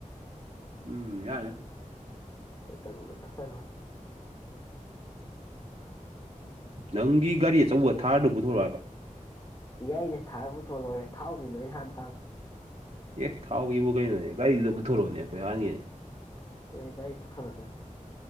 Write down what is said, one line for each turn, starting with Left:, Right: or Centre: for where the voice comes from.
Right: ꯎꯝ ꯌꯥꯗꯦ
Left: ꯍꯣꯏ ꯇꯔꯨꯛ ꯆꯐꯔ ꯂꯣꯏꯔꯦ
Right: ꯅꯪꯒꯤ ꯒꯥꯔꯤ ꯑꯆꯧꯕ ꯊꯥꯔꯗꯨ ꯄꯨꯊꯣꯔꯛꯑꯕ
Left: ꯌꯥꯏꯅꯦ ꯊꯥꯔꯒ ꯄꯨꯊꯣꯂꯔꯦ ꯊꯥꯎꯗꯤꯗꯣ ꯅꯍꯥꯟ ꯇꯥꯅꯦ
Right: ꯑꯦ ꯊꯥꯎꯒꯤꯕꯨ ꯀꯩꯅꯣꯅꯦ ꯒꯥꯔꯤꯗꯨꯗ ꯄꯨꯊꯣꯔꯛꯑꯣꯅꯦ ꯑꯩꯈꯣꯏ ꯍꯍꯥꯟꯒꯤꯅꯦ
Left: ꯑꯦ ꯇꯥꯏ ꯀꯊ ꯅ